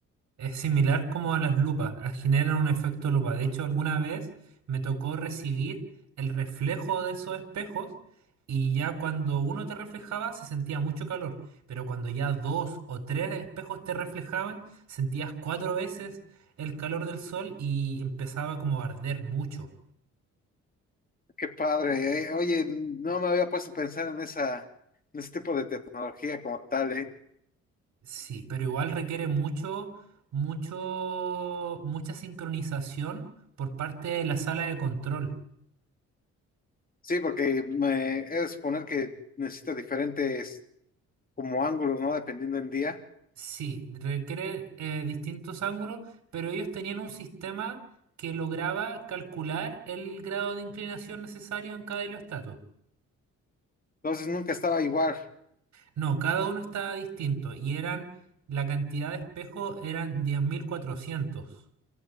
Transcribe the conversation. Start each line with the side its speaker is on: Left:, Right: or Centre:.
Right: Es similar como a las lupas, a- generan un efecto lupa. De hecho, alguna vez me tocó recibir el reflejo de esos espejos y ya cuando uno te reflejaba se sentía mucho calor, pero cuando ya dos o tres espejos te reflejaban, sentías cuatro veces el calor del sol y empezaba como a arder mucho.
Left: Qué padre. eh. Oye, no me había puesto a pensar en esa, en ese tipo de tecnología como tal, ¿eh?
Right: Sí, pero igual requiere mucho, mucho, mucha sincronización por parte de la sala de control.
Left: Sí, porque me he de suponer que necesita diferentes como ángulos, ¿no? Dependiendo del día.
Right: Sí, requiere eh, distintos ángulos, pero ellos tenían un sistema que lograba calcular el grado de inclinación necesario en cada heliostato.
Left: Entonces nunca estaba igual.
Right: No, cada uno estaba distinto y eran, la cantidad de espejos eran 10.400.